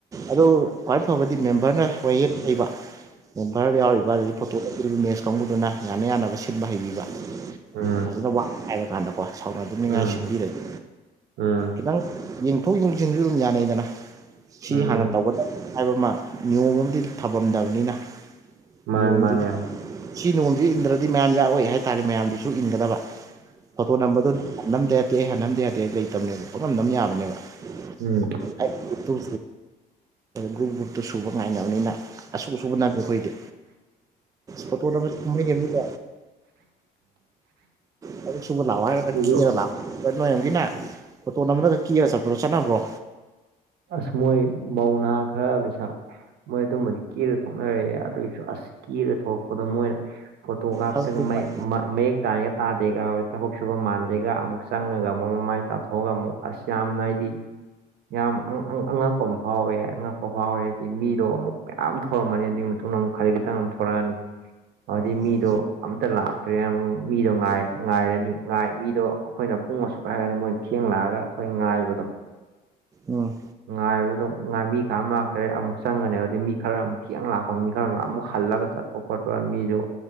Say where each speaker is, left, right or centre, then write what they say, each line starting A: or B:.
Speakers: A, on the right; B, on the right.
A: ꯑꯗꯨ ꯈ꯭ꯋꯥꯏ ꯐꯕꯗꯤ ꯃꯦꯝꯕꯔꯅ <unintelligible> ꯍꯩꯕ ꯃꯦꯝꯕꯔ ꯌꯥꯎꯔꯤꯕ ꯑꯗꯩꯗꯤ ꯐꯣꯇꯣ ꯂꯩ <unintelligible> ꯀꯥꯡꯕꯨꯗꯨꯅ ꯌꯥꯅ ꯌꯥꯅꯕ ꯁꯤꯟꯕ ꯍꯩꯕꯤꯕ
B: ꯎꯝ
A: ꯐꯖꯅ ꯋꯥ ꯍꯥꯏꯕ ꯀꯥꯟꯗ ꯀꯣ ꯁꯥꯎꯅ ꯗꯅꯤꯡꯉꯥꯏ
B: ꯎꯝ
A: ꯁꯤꯟꯕꯤꯔꯗꯤ
B: ꯎꯝ
A: ꯈꯤꯇꯪ ꯌꯦꯡꯊꯣꯛ ꯌꯦꯡꯁꯤꯟꯖꯨ ꯑꯗꯨꯝ ꯌꯥꯅꯩꯗꯅ ꯁꯤ
B: ꯎꯝ
A: ꯍꯥꯟꯅ ꯇꯧꯒꯗꯕ ꯍꯥꯏꯕ ꯑꯃ ꯅꯤꯌꯣꯝ ꯑꯃꯗꯤ ꯊꯝꯃꯝꯗꯕꯅꯤꯅ
B: ꯃꯥꯅꯦ
A: ꯅꯤꯌꯣꯝꯗꯨꯗꯤ
B: ꯃꯥꯅꯦ ꯎꯝ
A: ꯁꯤ ꯅꯣꯡꯃꯖ ꯏꯟꯗ꯭ꯔꯗꯤ ꯃꯌꯥꯝ ꯌꯥꯔꯣꯏ ꯍꯥꯏꯇꯥꯔꯗꯤ ꯃꯌꯥꯝꯗꯨꯁꯨ ꯏꯟꯒꯗꯕ ꯐꯣꯇꯣ ꯅꯝꯕꯗꯣ ꯅꯝꯗ ꯌꯥꯗꯦ ꯑꯩ ꯍꯥꯟꯅ ꯅꯝꯗ ꯌꯥꯗꯦ ꯍꯥꯢꯕ ꯂꯩꯇꯕꯅꯦꯕ ꯄꯪꯅꯝ ꯅꯝ ꯌꯥꯕꯅꯦꯕ
B: ꯎꯝ
A: <unintelligible> ꯑꯗꯨ ꯒ꯭ꯔꯨꯞ ꯒ꯭ꯔꯨꯞꯇꯨ ꯁꯨꯕ ꯉꯥꯏꯅꯕꯅꯤꯅ ꯑꯁꯨ ꯑꯁꯨꯕ ꯅꯝꯃꯦ ꯈꯣꯏꯗꯤ ꯐꯣꯇꯣ ꯅꯝꯕꯖꯦ ꯀꯨꯝꯍꯩ ꯑꯃꯅꯤꯀꯣ ꯊꯕꯛ ꯁꯨꯕ ꯂꯥꯛꯎ ꯍꯥꯢꯔꯒ
B: ꯑꯩꯈꯣꯏꯁꯨ
A: ꯀꯦꯔ ꯂꯥꯛ ꯅꯣꯏꯔꯣꯝꯒꯤꯅ ꯐꯣꯇꯣ ꯅꯝꯕꯗꯒ ꯀꯦꯔꯒ ꯆꯠꯄꯗꯣ ꯆꯠꯅꯕ꯭ꯔꯣ
B: ꯑꯁ ꯃꯣꯢ ꯃꯧ ꯅꯍꯥ ꯈꯔ ꯂꯩꯁꯥ ꯃꯣꯏ ꯑꯗꯨꯝꯕꯗꯤ ꯀꯦꯔ ꯊꯣꯛꯅꯔꯛꯑꯦ ꯑꯗꯣꯢꯁꯨ ꯑꯁ ꯀꯦꯔ ꯊꯣꯛꯂꯛꯄꯗꯣ ꯃꯣꯏ ꯐꯣꯇꯣ ꯀꯥꯞꯄꯗꯒ
A: ꯊꯕꯛ
B: ꯃꯌꯦ ꯃ ꯃꯌꯦꯛ ꯇꯥꯏꯒ ꯇꯥꯗꯦꯒ ꯊꯕꯛ ꯁꯨꯕ ꯃꯥꯟꯗꯦꯒ ꯑꯃꯨꯛ ꯆꯪꯉꯒ ꯑꯃꯨꯛ ꯃꯃꯥꯏ ꯇꯥꯊꯣꯛꯑꯒ ꯑꯃꯨꯛ ꯑꯁ ꯌꯥꯝꯅ ꯍꯥꯏꯗꯤ ꯌꯥꯝ ꯑꯉꯛ ꯑꯉꯛꯄ ꯑꯃ ꯐꯥꯎꯋꯦ ꯑꯉꯛꯄ꯫ ꯄ ꯐꯥꯎꯋꯦ ꯍꯥꯏꯗꯤ ꯃꯤꯗꯣ ꯑꯃꯨꯛ ꯃꯌꯥꯝ ꯊꯧꯔꯝꯃꯅꯤ ꯑꯗꯨꯒꯤ ꯃꯇꯨꯡꯗ ꯑꯃꯨꯛ ꯈꯖꯤꯛ ꯈꯤꯇꯪ ꯑꯃꯨꯛ ꯊꯣꯛꯂꯛꯑꯅꯤ ꯑꯗꯨꯗꯩ
A: ꯎꯝ
B: ꯃꯤꯗꯣ ꯇ ꯂꯥꯛꯇ꯭ꯔꯦꯅ ꯃꯤꯗꯣ ꯉꯥꯏ ꯉꯥꯏꯔꯅꯤ ꯉꯥꯏ ꯃꯤꯗꯣ ꯑꯩꯈꯣꯏꯅ ꯄꯨꯡ ꯑꯁꯨꯛ ꯍꯥꯏꯔꯒꯗꯤ ꯃꯣꯏꯅ ꯊꯦꯡ ꯂꯥꯛꯑꯒ ꯑꯩꯈꯣꯏ ꯉꯥꯏꯕꯗꯣ
A: ꯎꯝ
B: ꯉꯥꯏꯕꯗꯣ ꯉꯥꯏ ꯃꯤ ꯀꯥ ꯅꯥꯝ ꯂꯥꯛꯇꯔꯦ ꯑꯃꯨꯛ ꯆꯪꯉ ꯅꯦꯕ ꯑꯗꯩ ꯃꯤ ꯈꯔ ꯑꯃꯨꯛ ꯊꯦꯡꯅ ꯂꯥꯛꯄ ꯃꯤ ꯈꯔ ꯑꯃꯅ ꯑꯃꯨꯛ ꯍꯜꯂꯒ ꯆꯠ ꯄꯨꯈꯣꯠꯄ ꯃꯤꯖꯨ